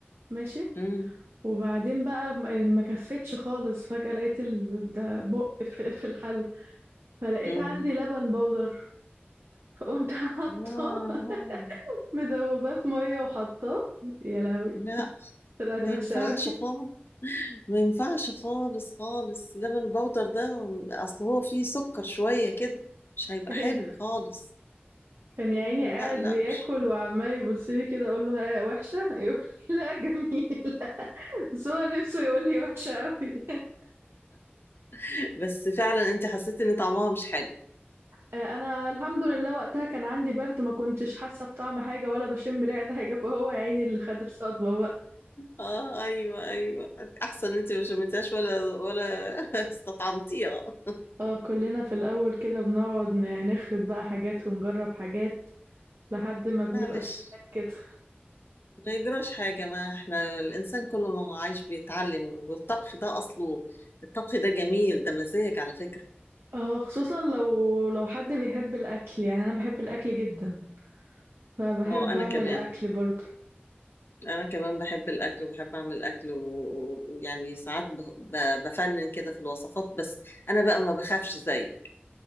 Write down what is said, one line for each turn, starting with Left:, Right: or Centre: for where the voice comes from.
Right: ماشي
Left: مم.
Right: وبعدين بقى م- ما كفتش خالص فجأة لقيت ال... ده بق في في الحل فلقيت
Left: مم.
Right: عندي لبن بودر فقمت <laughs> حاطاه
Left: آه.
Right: مدوباه في مية وحطاه يا لهوي
Left: لا
Right: طلعت
Left: ما
Right: وحشة
Left: ينفعش
Right: أوي
Left: خالص ما ينفعش خالص خالص لبن البودر ده اصل هو فيه سكر شوية كده مش هيبقى
Right: أيوه
Left: حلو خالص
Right: كان يا
Left: مم
Right: عيني قاعد
Left: لا لا
Right: بياكل
Left: مش
Right: وعمال يبصلي كده أقول له ها وحشة يقول <laughs> لي لا جميلة بس هو نفسه يقول لي وحشة أوي <laughs>
Left: <laughs> بس فعلا انت حسيت ان طعمها مش حلو
Right: آه، أنا الحمد لله وقتها كان عندي برد ما كنتش حاسة بطعم حاجة ولا بشم ريحة حاجة فهو يا عيني اللي خد الصدمة بقى
Left: اه ايوه ايوه احسن انت ما شمتهاش ولا ولا <laughs> استطعمتيها
Right: اه كلنا في الأول كده بنقعد ن- نخرب بقى حاجات ونجرب حاجات لحد ما بنبقى
Left: معلش
Right: شيفات كده
Left: ما يجراش حاجة ما احنا الانسان كل ما هو عايش بيتعلم والطبخ ده اصله الطبخ ده جميل ده مزاج على فكرة
Right: اه خصوصا لو لو حد بيحب الأكل يعني أنا بحب الأكل جدا فبحب
Left: اه انا
Right: أعمل
Left: كمان
Right: أكل برضه
Left: انا كمان بحب الاكل وبحب اعمل اكل و- ويعني ساعات ب- ب- بفنن كده في الوصفات بس انا بقى ما بخافش زيك